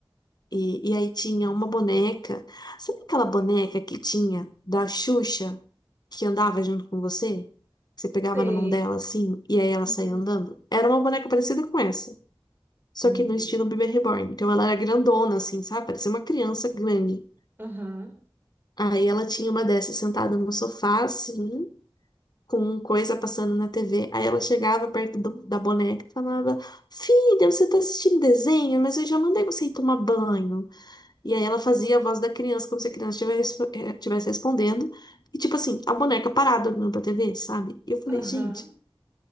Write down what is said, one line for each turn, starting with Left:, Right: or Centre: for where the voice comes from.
Left: E, e aí tinha uma boneca. Sabe aquela boneca que tinha da Xuxa que andava junto com você? Que Você pegava
Right: Sei.
Left: na mão dela assim e aí ela
Right: Uhum.
Left: saía andando? Era uma boneca parecida com essa, só
Right: Misericórdia.
Left: que no estilo bebê reborn. Então ela era grandona assim, sabe? Parecia uma criança grande.
Right: Aham,
Left: Aí ela tinha uma dessas sentada no sofá assim, com coisa passando na TV. Aí ela chegava perto do- da boneca e falava: Filha, você tá assistindo desenho, mas eu já mandei você ir tomar banho. E aí ela fazia a voz da criança, como se a criança estivesse eh, estivesse respondendo. E tipo assim, a boneca parada olhando pra TV, sabe? E eu falei,
Right: aham.
Left: gente,